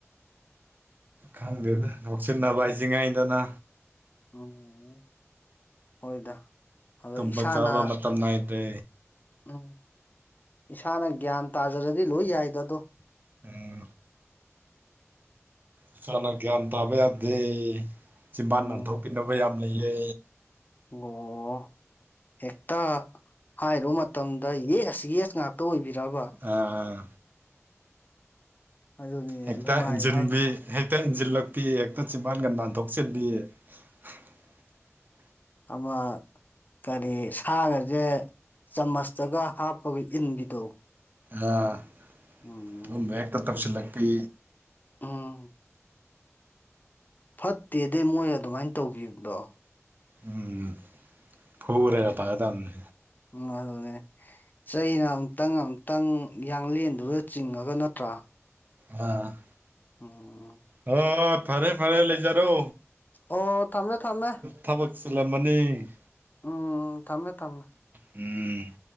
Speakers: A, on the right; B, on the left.
A: ꯈꯪꯗꯦꯗ ꯉꯣꯛꯁꯤꯟꯅꯕ ꯍꯥꯏꯁꯤ ꯁꯤꯉꯥꯏꯗꯅ
B: ꯎꯝ ꯍꯣꯏꯗ ꯑꯗꯣ
A: ꯇꯨꯝꯕ
B: ꯏꯁꯥꯅ
A: ꯆꯥꯕ ꯃꯇꯝ ꯅꯥꯏꯗ꯭ꯔꯦ
B: ꯎꯝ ꯏꯁꯥꯅ ꯒ꯭ꯌꯥꯟ ꯇꯥꯖꯔꯗꯤ ꯂꯣꯏ ꯌꯥꯏꯗ ꯑꯗꯣ
A: ꯎꯝ ꯏꯁꯥꯅ ꯒ꯭ꯌꯥꯟ ꯇꯥꯕ ꯌꯥꯗꯦ ꯁꯤꯃꯥꯟ
B: ꯎꯝ
A: ꯅꯥꯟꯊꯣꯛꯄꯤꯅꯕ ꯌꯥꯝ ꯂꯩꯌꯦ
B: ꯑꯣ ꯍꯇ ꯍꯥꯏꯔꯨ ꯃꯇꯝꯗ ꯌꯦ ꯑꯁꯤ ꯌꯦꯁ ꯉꯥꯛꯇ ꯑꯣꯏꯕꯤꯔꯕ
A: ꯑꯥ
B: ꯑꯗꯨꯅꯤꯅꯦ
A: ꯍꯦꯛꯇ
B: ꯅꯨꯡꯉꯥꯏꯕ
A: ꯏꯟꯁꯤꯟꯕꯤ
B: ꯍꯥꯏꯁꯦ
A: ꯍꯦꯛꯇ ꯏꯟꯁꯤꯜꯂꯛꯄꯤ ꯍꯦꯛꯇ ꯆꯤꯝꯕꯥꯥꯟꯒ ꯅꯥꯟꯊꯣꯛꯆꯤꯟꯕꯤ <inaudible>
B: ꯑꯃꯃ ꯀꯔꯤ ꯁꯥꯒꯁꯦ ꯆꯥꯃꯁꯇꯒ ꯍꯥꯞꯄꯒ ꯏꯟꯕꯤꯗꯣ
A: ꯑꯗꯨꯨꯝꯕ
B: ꯎꯝ
A: ꯍꯦꯛꯇ ꯇꯧꯁꯤꯜꯂꯛꯄꯤ
B: ꯎꯝ ꯐꯠꯇꯦꯗ ꯃꯣꯏ ꯑꯗꯨꯃꯥꯏꯅ ꯇꯧꯕꯤꯕꯗꯣ
A: ꯎ ꯐꯨꯔꯒꯥ ꯐꯒꯗꯕꯅꯤ
B: ꯎꯝꯗ ꯆꯩꯅ ꯑꯃꯨꯛꯇꯪ ꯑꯃꯨꯛꯇꯪ ꯌꯥꯡꯂꯦꯟꯗꯨꯗ ꯆꯤꯡꯉꯒ ꯅꯠꯇ꯭ꯔꯥ
A: ꯑ
B: ꯎꯝ
A: ꯍ ꯐꯔꯦ ꯐꯔꯦ ꯂꯩꯖꯔꯣ
B: ꯑꯣ ꯊꯝꯃꯦ ꯊꯝꯃꯦ
A: ꯊꯕꯛꯁꯤꯂ ꯑꯃꯅꯤꯅꯤ
B: ꯎꯝ ꯊꯝꯃꯦ ꯊꯝꯃꯦ
A: ꯎꯝ